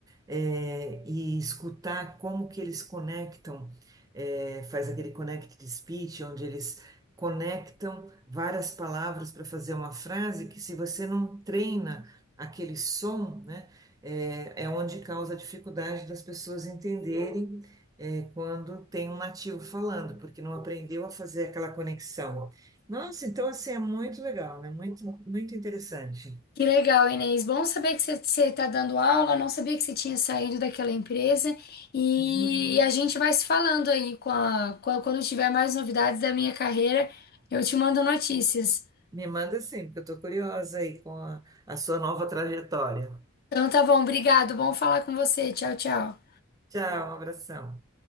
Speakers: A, on the right; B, on the left.
A: é, e escutar como que eles conectam, é, faz aquele connected speech, onde eles conectam várias palavras para fazer uma frase que se você não treina aquele som, né, é, é onde causa a dificuldade das pessoas entenderem, é, quando tem um nativo falando, porque não aprendeu a fazer aquela conexão. Nossa, então assim é muito legal, né? Muito, muito interessante.
B: Que legal, Inês. Bom saber que você está dando aula. Não sabia que você tinha saído daquela empresa. E,
A: Uhum.
B: a gente vai se falando aí com a, com a- quando tiver mais novidades da minha carreira, eu te mando notícias.
A: Me manda sim, porque eu estou curiosa aí com a, a sua nova trajetória.
B: Então tá bom, obrigado. Bom falar com você. Tchau, tchau.
A: Tchau, um abração.